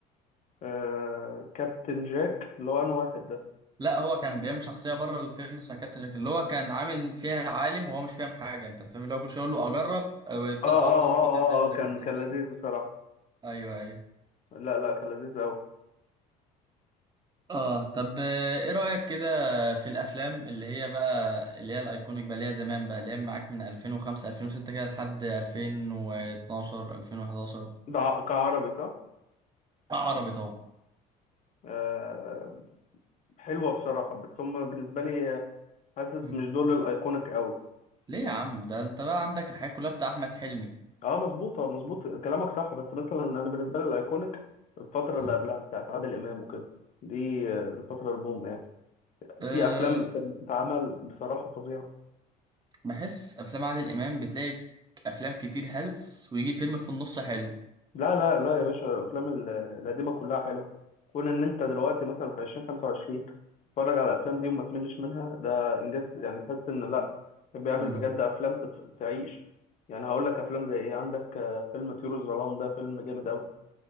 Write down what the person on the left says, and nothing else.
آه كابتن جاك اللي هو انا واحد ده
اه اه
اه
اه آه، كان
كان
لذيذ بصراحه
لا لا كان لذيذ قوي
ده ع- كعربي صح
آه حلوه بصراحه بس هم بالنسبه لي آه، حاسس
مش دول الايكونيك قوي
اه مظبوط اه مظبوط كلامك صح بس مثلا انا بالنسبه لي الايكونيك الفتره اللي
قبلها بتاعت عادل امام وكده دي آه، الفتره البوم يعني
في افلام كانت بتتعمل بصراحه فظيعه
لا لا لا يا باشا الافلام ال- القديمه كلها حلوه كون ان انت دلوقتي مثلا في 2025 تتفرج على الافلام دي وما تملش منها ده انجاز يعني تحس ان لا كان بيعمل
بجد افلام تت- تعيش يعني هقول لك افلام زي ايه عندك آه، فيلم طيور الظلام ده فيلم جامد قوي